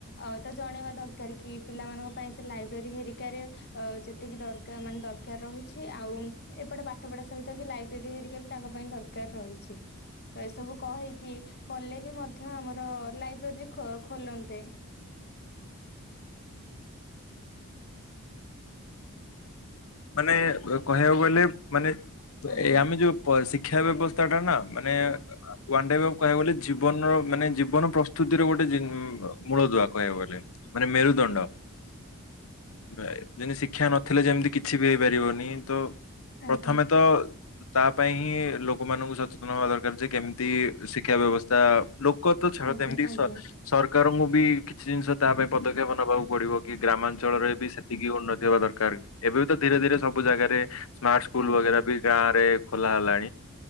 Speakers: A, on the left; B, on the left.
A: ଆଉ ତ ଜଣେଇବା ଦରକାର କି ପିଲାମାନଙ୍କ ପାଇଁ ସେ ଲାଇବ୍ରେରୀ ହେରିକାରେ ଅ ଯେତିକି ଦର ମାନେ ଦରକାର ରହିଛି। ଆଉ ଏପଟେ ପାଠ ପଢା ସହିତ ବି ଲାଇବ୍ରେର ହେରି ହେରିକା ତାଙ୍କ ପାଇଁ ଦରକାର ରହିଛି। ଏସବୁ କହିକି କଲେ ବି ମଧ୍ୟ ଆମର ଲାଇବ୍ରେରୀ ଖୋଲନ୍ତେ।
B: <unintelligible> ମାନେ କହିବାକୁ ଗଲେ ମାନେ
A: ଆଜ୍ଞା
B: ଏ ଆମେ ଯୋଉ ଶିକ୍ଷା ବ୍ୟବସ୍ଥା ଟା ନା ମାନେ ଓନେ ଡେ କହିବା ଗଲେ ଜୀବନର ମାନେ ଜୀବନ ପ୍ରସ୍ତୁତିର ଗୋଟେ ଜି ମୂଳଦୁଆ କହିବାକୁ ଗଲେ ମାନେ ମେରୁଦଣ୍ଡ। ଯେମିତି ଶିକ୍ଷା ନଥିଲେ ଯେମିତି କିଛି ବି ହେଇପାରିବନି ତ ପ୍ରଥମେ
A: ଆଜ୍ଞା
B: ତ ତା ପାଇଁ ହିଁ ଲୋ ଲୋକ ମାନଙ୍କୁ ସଚେତନ ହବା ଦରକାର ଯେ କେମିତି ଶିକ୍ଷା ବ୍ୟବସ୍ଥା ଲୋକ ତ ଛାଡ
A: ଆଜ୍ଞା
B: ତ କେମିତି
A: ଆଜ୍ଞା
B: ସରକାରଙ୍କୁ ବି କିଛି ଜିନିଷ ତା ପାଇଁ ପଦକ୍ଷେପ ନେବାକୁ ପଡିବ କି ଗ୍ରାମାଞ୍ଚଳରେ ବି ସେତିକି ଉନ୍ନତି ହବା ଦରକାର। ଏବେ ବି ତ ଧୀରେ ଧୀରେ ସବୁ ଜାଗାରେ ସ୍ମାର୍ଟ ସ୍କୁଲ
A: ଆଜ୍ଞା।
B: ବଗେରା ବି ଗାଁ ରେ ଖୋଲା ହେଲାଣି।